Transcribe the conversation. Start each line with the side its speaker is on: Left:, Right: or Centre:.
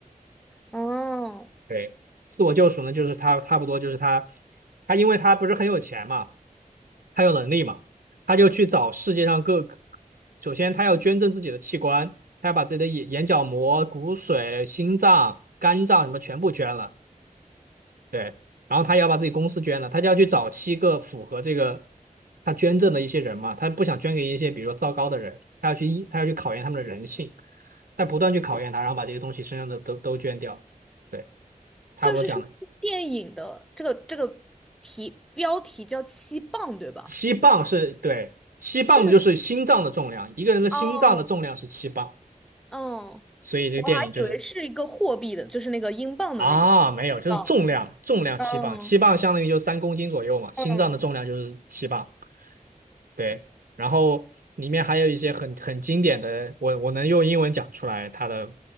Centre: 哦，
Right: 对，自我救赎呢，就是他差不多就是他，他因为他不是很有钱嘛，他有能力嘛，他就去找世界上各个首先他要捐赠自己的器官，他要把自己的眼眼角膜、骨髓、心脏、肝脏什么全部捐了，对，然后他要把自己公司捐了，他就要去找七个符合这个他捐赠的一些人嘛，他不想捐给一些比如说糟糕的人，他要去一他要去考验他们的人性，他不断去考验他，然后把这些东西身上的都都捐掉，对，差不多这样的。
Centre: 就是说，电影的这个这个题标题叫“七磅”，对吧？
Right: 七磅是对，七磅的就是心脏的重量，
Centre: 是
Right: 一个人的心脏的重量是七磅，
Centre: 哦，哦，
Right: 所以这个电影就是
Centre: 还以为是一个货币的，就是那个英镑的那个
Right: 啊，没有，就是重量，
Centre: 哦
Right: 重量七磅，
Centre: 嗯
Right: 七磅相当于就三公斤左右嘛，心脏的重量就是七磅。
Centre: 嗯
Right: 对，然后里面还有一些很很经典的，我我能用英文讲出来他的